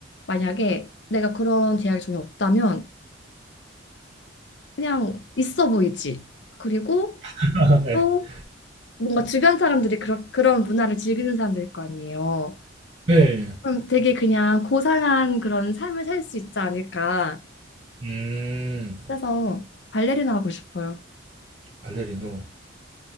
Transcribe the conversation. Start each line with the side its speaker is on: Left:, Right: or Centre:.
Left: 만약에 내가 그런 제약이 전혀 없다면 그냥 있어 보이지. 그리고
Right: <laughs>
Left: 또 뭔가 주변 사람들이 그런 그런 문화를 즐기는 사람들일 거 아니에요.
Right: 네.
Left: 그럼 되게 그냥 고상한 그런 삶을 살 수 있지 않을까.
Right: 음,
Left: 그래서 발레리나 하고 싶어요.
Right: 발레리노,